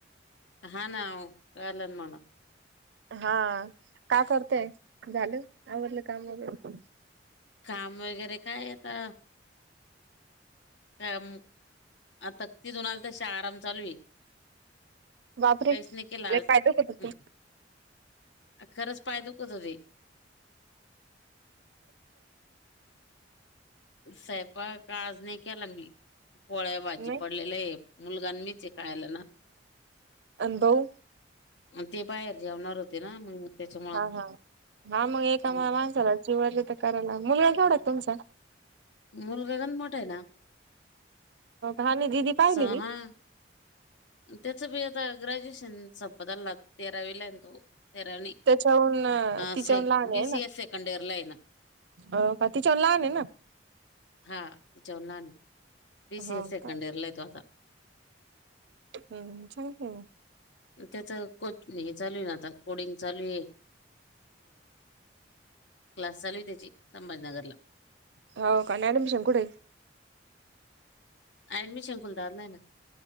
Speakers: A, on the left (about 75°); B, on the right (about 70°).
A: हा ना कळलं ना मला.
B: हा का करतेय झालं आवडलं काम वगैरे.
A: काम वगैरे काय आता. त्याम आता ती दोन आली तशे आराम चालू आहे.
B: बापरे
A: कैसने केलाज
B: लय
A: आज
B: पाय दुखत होत
A: हम. खरंच पाय दुखत होते. <inaudible> साहेपा का आज नाही केला मी पोळ्या भाजी
B: नाही
A: पडलेलं आहे. मुलगां मीच कायला ना.
B: अनभव.
A: ते बाहेर जेवणार होते ना मग. त्याच्यामुळं
B: हा हा हा मग एका
A: हम्म.
B: माणसाला जीवले तर करायला मुलगा केवढा तुमचा.
A: मूल गगन मोठं आहे ना
B: हा नाही दिदी पाहिली
A: सहा.
B: मी
A: त्याच बी आता ग्रॅज्युएशन संपत आलं तेरावी ला तो तेराणी नाही.
B: त्याच्याहून तिच्याहून
A: से
B: लहान
A: बी
B: आहे
A: सी
B: ना.
A: एस सेकंड इयरला आहे ना
B: अ बाकीच्याहून लहान आहे ना.
A: हा तिच्यावर ना बीसीए
B: हो
A: सेकंड
B: का
A: इयर ला आहे तो आता.
B: हम्म चांगल आहे ना.
A: त्याच कोच हे चालू आहे ना आता कोडिंग चालू आहे. क्लास चालू त्याची संभाजीनगरला.
B: हो का आणि ऍडमिशन कुठे आहे.
A: अऍडमिशन खुलदारलाय ना.